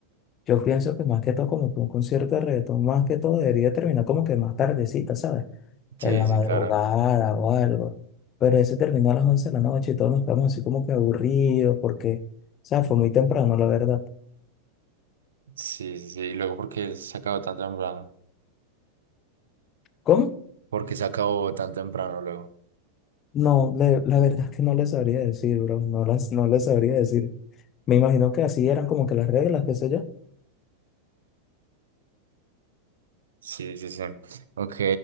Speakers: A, on the left; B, on the right.
A: Yo pienso que más que todo, como que un concierto de reggaetón, más que todo debería terminar como que más tardecita, ¿sabes?
B: Sí,
A: En la
B: sí,
A: madrugada
B: claro.
A: o algo. Pero ese terminó a las 11 de la noche y todos nos quedamos así como que aburridos porque, o sea, fue muy temprano, la verdad.
B: Sí, sí, sí. Y luego, ¿por qué se acabó tan temprano?
A: ¿Cómo?
B: ¿Por qué se acabó tan temprano luego?
A: No, le- la verdad es que no le sabría decir, bro. No las, no le sabría decir. Me imagino que así eran como que las reglas, qué sé yo.
B: Sí, sí, sí. Ok.